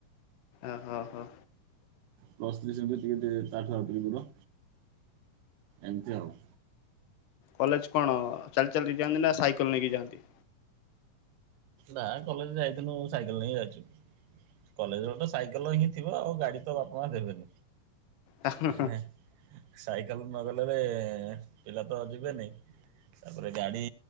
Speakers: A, on the left; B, on the right.
A: ଆ ହୋ ହୋ।
B: ପ୍ଲସ୍ ଥ୍ରି ଯେମିତି ଟିକେ ଟ ତାଠୁ ଆଉ ଟିକେ ଦୁର ଏମିତି ଆଉ?
A: କଲେଜ କଣ ଚାଲି ଚାଲିକି ଯାଆନ୍ତି ନା ସାଇକଲ ନେଇକି ଯାଆନ୍ତି?
B: ନା କଲେଜ ଯାଇଥିଲୁ ସାଇକେଲ ନେଇ ଯାଇଛୁ? କଲେଜ ତ ସାଇକେଲ ହିଁ ଥିବ ଆଉ ଗାଡି ତ ବାପା ମା ଦେବେନି?
A: ଆଜ୍ଞା
B: କାହିଁ କି ନା ସାଇକେଲ ନ ଗଲେ ବେ ପିଲା ତ ଯିବେନି ତାପରେ ଗାଡି